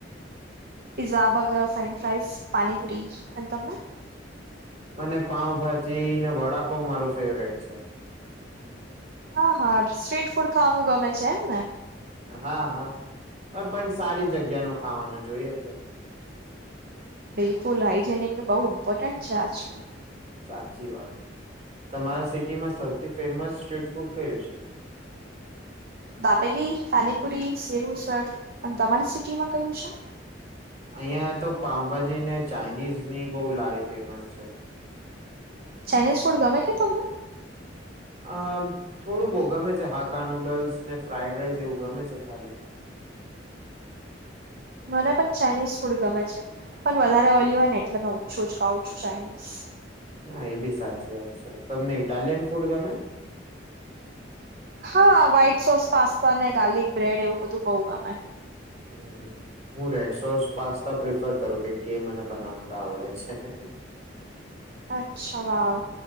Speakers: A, on the right; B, on the right.
A: pizza, burger, French fries pani puri એંતમાં.
B: મને, પાઉ-ભાજી ને વડાપાઉં મારું ફેવરેટ છે.
A: હા,, હા સ્ટ્રીટ ફૂડ ખાવાનું ગમે છે. એમને
B: હા- હા, પણ -પણ સારી જગ્યા ન ખાવાનું જોઈએ છે.
A: બિલકુલ હાજે <unintelligible> નિક ન બઉ ઇમ્પોર્ટન્ટ છે, આજ-કાલ
B: સાચી વાત, તમારા સિટીમાં સૌથી ફેમસ સ્ટ્રીટ ફૂડ કયું છે.
A: દાબેલી, પાની, -પુરી સેવુંસર તમારી સિટીમાં કયું છે.
B: અહિયાં તો, પાઉ-ભાજી ને ચાાઈનીઝ ની બહુ લારી ફેમસ છે.
A: ચાઇનીઝ ફૂડ, ગમે કે તમને.
B: અ થોડું બહુ ગમે છે. હાકા નુડલ્સ ને ફ્રાઈડ રાઈસ, એવું ગમે છે ખાલી.
A: મને -પણ ચાઇનીઝ ફૂડ ગમે છે. પણ વધારે ઓઇલી હોય, ને એટલે મે ઓછું જ ખાઉ છું ચાઇનીઝ.
B: હા એ બી સાચી વાત છે. તમને ઇટાલિયન ફૂડ ગમે,?
A: હા વ્હાઈટ સોસ, - પાસ્તા ને ગાર્લિક, બ્રેડ એવું બધું બઉુ ગમે.
B: હ, હું રેડ સોસ, પાસ્તા પ્રિફર કરું, કેમકે એ મને બનાવતા આવડે છે. હે, હે.
A: અચ્છા વાહ